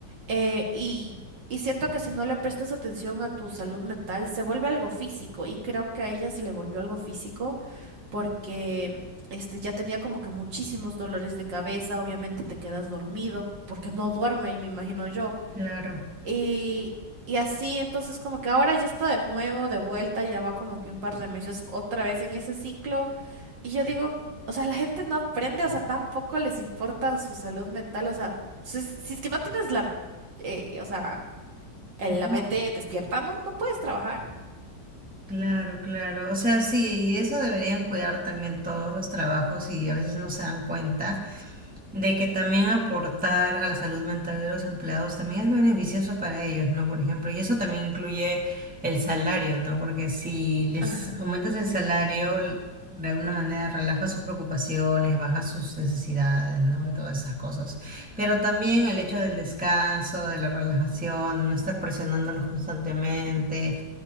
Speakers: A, on the right (about 85°); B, in the centre.
A: eh, y, y siento que si no le prestas atención a tu salud mental, se vuelve algo físico y creo que a ella se le volvió algo físico porque este ya tenía como que muchísimos dolores de cabeza, obviamente te quedas dormido porque no duerme y me imagino yo.
B: Claro,
A: Y, y así, entonces como que ahora ya está de nuevo, de vuelta, ya va como que un par de meses otra vez en ese ciclo y yo digo, o sea, la gente no aprende, o sea, tampoco les importa su salud mental, o sea, si, si es que no tienes la, eh, o sea, en
B: ujú.
A: la mente despierta, no, no puedes trabajar.
B: Claro, claro. O sea, sí, y eso deberían cuidar también todos los trabajos y a veces no se dan cuenta. de que también aportar a la salud mental de los empleados también es beneficioso para ellos, ¿no? Por ejemplo, y eso también incluye el salario, ¿no? Porque si les
A: Ajá.
B: aumentas el salario, l- de alguna manera relaja sus preocupaciones, baja sus necesidades, ¿no? De todas esas cosas. Pero también el hecho del descanso, de la relajación, no estar presionándolos constantemente,